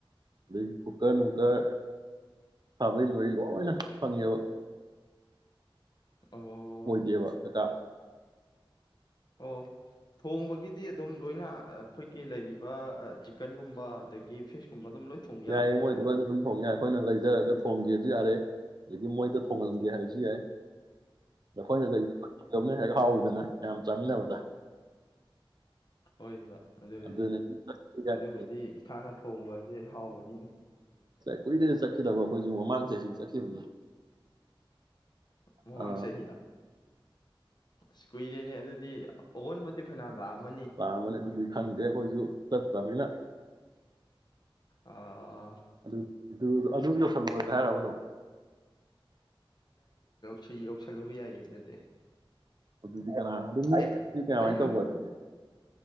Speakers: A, on the right (about 50°); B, on the left (about 50°).
A: ꯑꯗꯩ ꯀꯨꯀꯔ ꯅꯨꯡꯀꯔ ꯈꯥꯕꯩ ꯅꯨꯡꯕꯩ ꯂꯣꯏꯅ ꯐꯪꯉꯦꯕ
B: ꯑꯣ
A: ꯋꯥꯠꯇꯦꯕ ꯀꯩꯀꯥ
B: ꯑꯣ ꯊꯣꯡꯕꯒꯤꯗꯤ ꯑꯗꯨꯝ ꯂꯣꯏꯅ ꯑꯩꯈꯣꯏꯒꯤ ꯂꯩꯔꯤꯕ ꯆꯤꯛꯀꯟꯒꯨꯝꯕ ꯑꯗꯒꯤ ꯐꯤꯁꯀꯨꯝꯕ ꯑꯗꯨꯝ ꯂꯣꯏ ꯊꯣꯡ
A: ꯌꯥꯏꯌꯦ
B: ꯌꯥꯕ ꯅꯠꯇ꯭ꯔꯣ
A: ꯃꯣꯏꯗꯨꯒꯁꯨ ꯑꯗꯨꯝ ꯊꯣꯡ ꯌꯥꯦ꯭ ꯑꯩꯈꯣꯏꯅ ꯂꯩꯖꯔꯒ ꯊꯣꯡꯒꯦꯁꯨ ꯌꯥꯔꯦ ꯑꯗꯒꯤ ꯃꯣꯏꯗ ꯊꯣꯡꯍꯟꯒꯦ ꯍꯥꯏꯕꯁꯨ ꯌꯥꯏ ꯅꯈꯣꯏꯅ <unintelligible> ꯍꯦꯛ ꯍꯥꯎꯋꯤꯗꯅ ꯌꯥꯝ ꯆꯥꯝ꯭ꯃꯤꯟꯅꯕꯗ
B: ꯑꯣꯏꯕ ꯑꯗꯨꯕꯨꯗꯤ
A: ꯑꯗꯨꯅꯦ ꯌꯥꯏꯅꯤ
B: ꯑꯗꯨꯕꯨꯗꯤ ꯏꯁꯥꯅ ꯊꯣꯡꯕ ꯑꯗꯨ ꯍꯥꯎꯕꯅꯤꯅꯦ
A: ꯀꯨꯏꯔꯦꯅꯦ ꯆꯠꯈꯤꯗꯕ ꯑꯩꯈꯣꯏꯁꯨ ꯃꯃꯥꯡ ꯆꯍꯤꯗ ꯆꯠꯈꯤꯕꯅꯤ
B: ꯃꯃꯥꯡ
A: ꯑꯥ
B: ꯆꯍꯤꯗ ꯑꯁ ꯀꯨꯏꯔꯦꯅꯦ ꯑꯗꯨꯗꯤ ꯑꯑꯣꯟꯕꯗꯤ ꯐꯅꯌꯥꯝ ꯂꯥꯛꯑꯝꯃꯅꯤ
A: ꯄꯥꯝꯕꯅꯦ ꯑꯗꯨꯗꯤ ꯈꯪꯗꯦ ꯑꯩꯈꯣꯏꯁꯨ ꯆꯠꯇ꯭ꯔꯕꯅꯤꯅ
B: ꯑꯠꯆꯥ
A: ꯑꯗꯨ ꯑꯗꯨ ꯌꯧꯁꯜꯂꯨꯔꯁꯦ ꯍꯥꯏꯔꯕ ꯑꯗꯨꯝ
B: ꯁꯤ ꯌꯧꯁꯜꯂꯨꯕ ꯌꯥꯏꯌꯦ ꯑꯗꯨꯗꯤ
A: ꯑꯗꯨ ꯀ ꯑꯗꯨꯝ
B: ꯑꯦ
A: ꯀꯃꯥꯏꯅ
B: ꯑꯩꯅ
A: ꯇꯧꯕ ꯑꯗꯨꯗꯤ